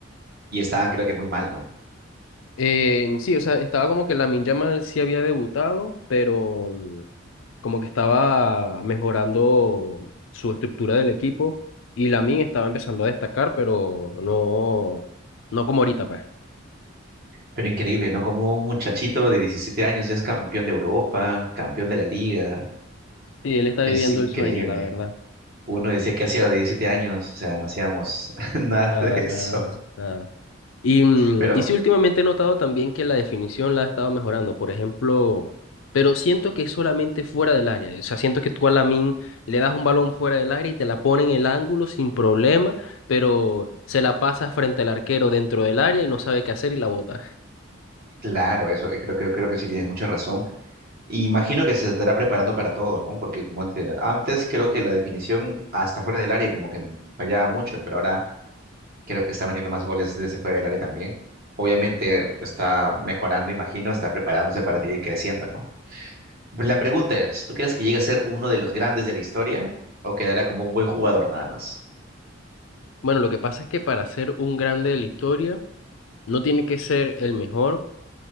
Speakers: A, on the right; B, on the left.
A: Y estaban creo que muy mal, ¿no?
B: Eh, sí, o sea, estaba como que Lamin Yamal sí había debutado, pero... mm, como que estaba mejorando su estructura del equipo y Lamin estaba empezando a destacar, pero no, no como ahorita, pues.
A: Pero increíble, ¿no? Como un muchachito de 17 años ya es campeón de Europa, campeón de la liga.
B: Sí, él está
A: Es
B: viviendo
A: increíble.
B: el sueño, la verdad.
A: Uno decía que hacía a los 17 años, o sea, no hacíamos <laughs> nada
B: Nada,
A: de
B: nada,
A: eso.
B: nada. Y, mm,
A: Pero
B: y sí, últimamente he notado también que la definición la ha estado mejorando, por ejemplo, pero siento que es solamente fuera del área. O sea, siento que tú a Lamin le das un balón fuera del área y te la pone en el ángulo sin problema, pero se la pasa frente al arquero dentro del área y no sabe qué hacer y la bota.
A: claro, eso eh, creo, creo, creo que sí tienes mucha razón. Y imagino que se estará preparando para todo, ¿no? Porque como te, antes creo que la definición hasta fuera del área como que fallaba mucho, pero ahora creo que está metiendo más goles desde fuera del área también. Obviamente está mejorando, imagino, está preparándose para seguir creciendo, ¿no? La pregunta es, ¿tú crees que llegue a ser uno de los grandes de la historia o quedará como un buen jugador nada más?
B: Bueno, lo que pasa es que para ser un grande de la historia, no tiene que ser el mejor